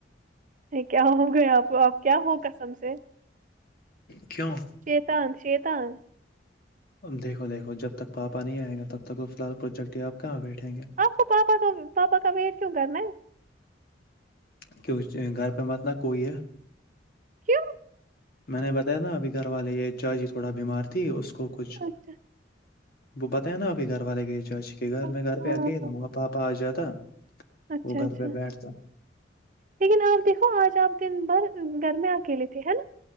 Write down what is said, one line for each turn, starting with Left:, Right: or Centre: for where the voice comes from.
Right: کیا ہو گیا آپ کیا ہو کسم سے
Left: کیوں
Right: شیتان شیتان
Left: دیکھو دیکھو جب تک پاپا نہیں آئے گا تب تک وہ فلحال پروجیکٹ ہی آپ کہاں بیٹھیں گے
Right: آپ کو پاپا کا پاپا کا ویٹ کیوں کرنا ہے
Left: کیوں گھر پےمتناہ کوئی یہ
Right: کیوں
Left: میں نے بتایا نا ابھی گھر والے یہ چاجی تھوڑا بیمار تھی اس کو کچھ
Right: اچھا
Left: وہ بت ہے نا ابھی گھر والے کے چاچی کے گھر
Right: ہاں
Left: میں گھر پہ
Right: ہاں
Left: اکیلا
Right: ہاں،
Left: آوںں گا پاپا آ جاتا
Right: اچھا
Left: وہ گھر
Right: اچھا
Left: پہ بیٹھتا
Right: لیکن آپ دیکھو آج آپ دن بھر گھرمیں اکیلے تھے ہیں نا